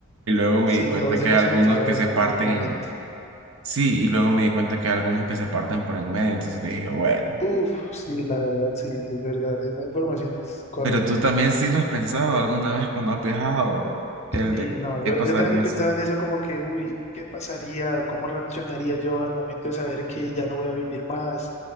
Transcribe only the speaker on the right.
Y luego me
di cuenta
que
hay algunos
que
se parten
en- sí, y luego me di cuenta que hay algunos que se parten por en medio, entonces dije, bueno,
pero tú también sí lo has pensado alguna vez cuando has viajado, el
de
qué
pasaría
si...